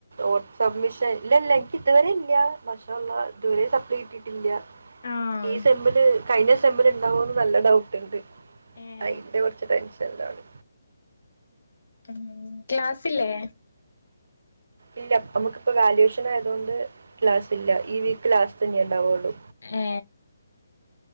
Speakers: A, on the right; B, on the left.
A: വോട്സബ്മിഷൻ ഇല്ല ഇല്ല എനിക്ക് ഇതുവരെ ഇല്ല ഭഷമള്ള ഇതുവരെ സപ്ലൈ കിട്ടിട്ടില്ല.
B: ആഹ്
A: <unintelligible> കഴിഞ്ഞ സമിൽ ഉണ്ടാാവുമന്ന് നല്ല ഡൗട്ട് ഉണ്ട്
B: ഏഹ്
A: അ ഇന്റെ കുറച്ച് ടെൻഷൻ ചെല്ലാണ്
B: ഉ ക്ലാസ് ല്ലേ
A: ഇല്ല പ്പ നമുക്കിപ്പ വാല്യുവേഷൻ ആയത് കൊണ്ട് ക്ലാസ് ഇല്ല ഈ വീക്ക് ലാസ്റ്റ് ഇനി ഉണ്ടാവുള്ളൂ
B: ഏ